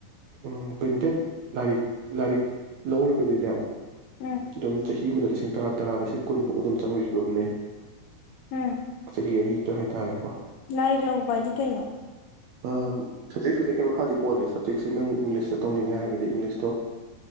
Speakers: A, on the right; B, on the left.
A: ꯎꯝ ꯄ꯭ꯔꯤꯟꯇꯦꯠ ꯂꯥꯏꯔꯤꯛ ꯂꯥꯏꯔꯤꯛ ꯂꯧꯔꯒꯗꯤꯅꯦ
B: ꯎꯝ
A: ꯗꯨꯝ ꯆꯍꯤ ꯑꯃꯗ ꯂꯤꯁꯤꯡ ꯇꯔꯥ ꯇꯔꯥ ꯂꯤꯁꯤꯡ ꯀꯨꯟꯃꯨꯛ ꯑꯗꯨꯝ ꯆꯪꯕꯒꯤ ꯐꯤꯕꯝꯅꯤ
B: ꯎꯝ
A: ꯆꯍꯤ ꯑꯅꯤꯇ ꯍꯥꯏ ꯇꯥꯔꯦꯀꯣ
B: ꯂꯥꯏꯔꯤꯛ ꯂꯧꯕ ꯍꯥꯏꯗꯤ ꯀꯩꯅꯣ
A: ꯑ ꯁꯞꯖꯦꯛ ꯁꯞꯖꯦꯛ ꯃꯈꯥꯗꯤ ꯄꯣꯂꯦ ꯁꯕꯖꯦꯛꯁꯦ ꯅꯪ ꯏꯪꯂꯤꯁꯇ ꯇꯧꯅꯤꯡꯉꯦ ꯍꯥꯏꯔꯒꯗꯤ ꯏꯪꯂꯤꯁꯇꯣ